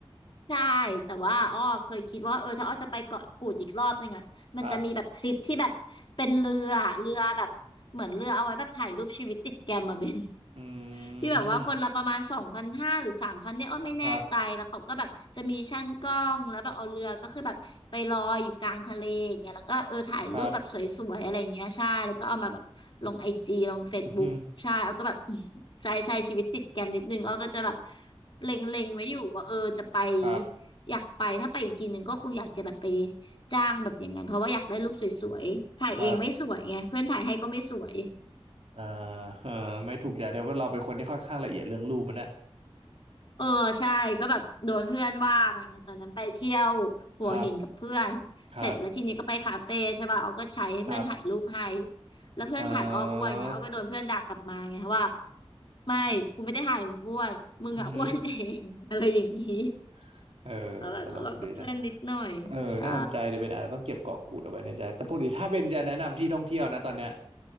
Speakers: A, on the left; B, on the right.
A: ใช่แต่ว่าอ้อเคยคิดว่าเออถ้าอ้อจะไปเกาะกูดอีกรอบนึงอ่ะมันจะมีแบบทริปที่แบบเป็นเรือเรือแบบเหมือนเรือเอาไว้แบบถ่ายรูปชีวิตติดแกมมาเบน
B: ครับ อื
A: ที่แบบว่าคนละประมาณสองพันห้าหรือสามพันเนี่ยอ้อไม่แน่ใจแล้วเขาก็แบบจะมีช่างกล้องแล้วแบบเอาเรือก็คือแบบไปลอยอยู่กลางทะเลอย่างเงี้ยแล้วก็เออถ่ายรูปแบบสวยๆอะไรอย่างเงี้ยใช่แล้วก็เอามาแบบลงไอจีลงเฟซบุ๊กใช่แล้วก็แบบ
B: มครับครับอือฮึ
A: <laughs> ใช่ใช่ชีวิตติดแกรมนิดนึงอ้อก็จะแบบเล็งๆไว้อยู่ว่าเออจะไป
B: ครับ
A: อยากไปถ้าไปอีกทีหนึ่งก็คงอยากจะแบบไปจ้างแบบอย่างนั้นเพราะว่าอยากได้รูปสวยๆถ่ายเองไม่สวยไงเพื่อนถ่ายให้ก็ไม่สวย
B: ครับอ่า <laughs> เออไม่ถูกใจแต่ว่าเราเป็นคนที่ค่อนข้างละเอียดเรื่องรูปมันนะ
A: เออใช่ก็แบบโดนเพื่อนว่ามาไปจากนั้นไปเที่ยวหัวหินกับเพื่อนเสร็จแล้วทีนี้ก็ไปคาเฟ่ใช่ป่ะออก็ใช้ให้เพื่อนถ่ายรูปให้
B: ครับครับครับ
A: แล้วเพื่อนถ่ายอ้ออ้วนเงี้ยออก็โดนเพื่อนด่ากลับมาไงว่า
B: อ่า
A: ไม่กูไม่ได้ถ่ายมึงอ้วนมึงอะอ้วนเอง
B: อือฮึ
A: <laughs> อะไรอย่างนี้
B: <laughs> เออตลกดีนะ
A: แล้วเราทะเลาะกับเพื่อนนิดหน่อยใช่
B: เออน่าสนใจเดี๋ยวเบนอาจจะต้องเก็บกาะกูดเอาไว้ในใจแต่ปกติถ้าเบนจะแนะนำที่ท่องเที่ยวนะตอนเนี้ย